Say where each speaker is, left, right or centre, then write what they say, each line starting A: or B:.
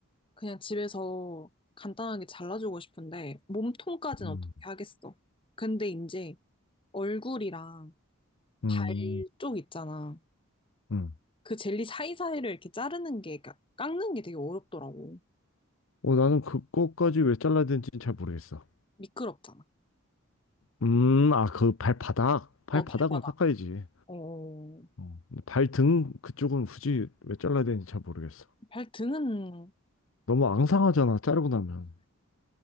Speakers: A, on the left; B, on the left.
A: 그냥 집에서 간단하게 잘라주고 싶은데, 몸통까지는
B: 음,
A: 어떻게 하겠어. 근데 이제 얼굴이랑
B: 음,
A: 발 쪽 있잖아.
B: 음.
A: 그 젤리 사이사이를 이렇게 자르는 게, 그러니까 깎는 게 되게 어렵더라고.
B: 어, 나는 그거까지 왜 잘라야 되는지는 잘 모르겠어.
A: 미끄럽잖아.
B: 음, 아, 그 발바닥. 발바닥은
A: 어, 발바닥.
B: 깎아야지.
A: 어,
B: 어, 근데 발등 그쪽은 굳이 왜 잘라야 되는지 잘 모르겠어.
A: 발등은
B: 너무 앙상하잖아, 자르고 나면.